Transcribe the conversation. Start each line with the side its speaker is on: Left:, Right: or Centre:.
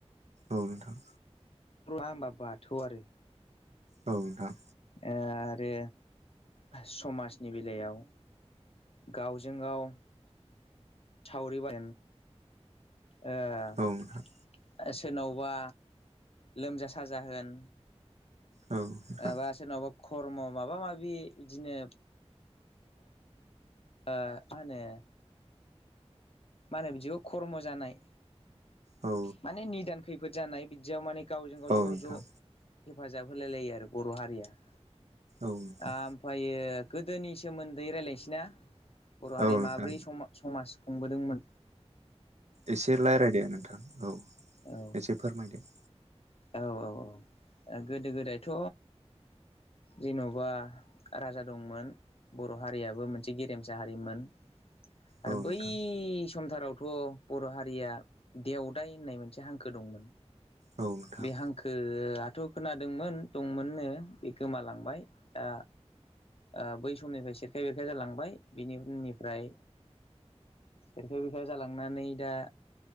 Right: औ नोंथां
Left: <unintelligible> होमबा बाथौ आरो
Right: औ नोंथां
Left: ओ आरो समाजनि बेलायाव गावजों गाव सावरि <unintelligible> ओ
Right: उम औ नोंथां
Left: सोरनावबा लोमजा साजा होन
Right: औ नोंथां
Left: एबा सोरनावबा खर्म माबा माबि बिदिनो। ओ मा होनो मा होनो बिदिखौ खर्म जानाय
Right: औ
Left: माने निदान खैफोद जानाय बिदियाव माने गावजों गाव
Right: औ
Left: ज'
Right: नोंथां
Left: ज' हेफाजाब होलाय लायो आरो बर' हारिया। ओ
Right: औ नोंथां
Left: ओमफायो गोदोनि सोमोन्दै रायलायनोसैना। बर' हारिया
Right: औ नोंथां
Left: माब्रै सम समाज खुंबोदोंमोन‌
Right: एसे रायज्लायदो नोंथां औ
Left: औ
Right: एसे फोरमायदो।
Left: औ औ औ गोदो गोदायथ' जेन'बा राजा दंमोन बर' हारियाबो मोनसे गेरेमसा हारिमोन। आरो
Right: औ
Left: बै
Right: नोंथां
Left: समथारावथ' बर' हारिया देवदाय होननाय मोनसे हांखो दंमोन।
Right: औ नोंथां
Left: बे हांखो दाथ' खोनादोंमोन दंमोननो बे गोमालांबाय दा ओ बै समनिफ्राय सेरखाय बेरखाय जालांबाय बिनि उनिफ्राय खेरखाय बेरखाय जालांनानै दा